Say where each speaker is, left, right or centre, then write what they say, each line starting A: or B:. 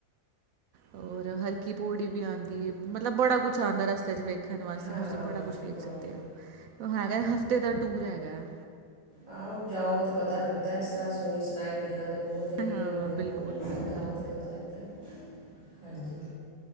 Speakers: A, on the right (about 70°); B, on the right (about 30°).
A: ਔਰ, ਹਰ ਕੀ ਪੌੜੀ ਵੀ, ਆਂਦੀ ਏ। ਮਤਲਬ ਬੜਾ ਕੁਛ ਆਂਦਾ ਰਸਤੇ ਚ ਤੇ। ਦੇਖਣ ਵਾਸਤੇ।
B: ਹਾਂ
A: ਤੁਸੀਂ ਬੜਾ ਕੁਛ ਵੇਖ
B: ਹੂੰ
A: ਸਕਦੇ ਹੋ। ਹੈਗਾ ਹਫ਼ਤੇ, ਦਾ ਟੂਰ ਹੈਗਾ ਹੈ।
B: ਆਹੋ ਜਾਓ, ਤੇ ਪਤਾ ਲੱਗਦਾ। ਇਸ ਤਰਾਂ ਸੁਣੀ ਸੁਣਾਈ ਗੱਲਾਂ ਤੇ। ਬਹੁਤ ਇਹ
A: ਹਾਂ
B: ਹੋ ਗਿਆ।
A: ਬਿਲਕੁਲ
B: ਓਹ ਹੋ ਗਿਆ,
A: ਬਿਲਕੁਲ
B: ਜਾਓ ਤਾਂ ਪਤਾ ਲੱਗਦਾ ਹੈ। ਹਾਂਜੀ।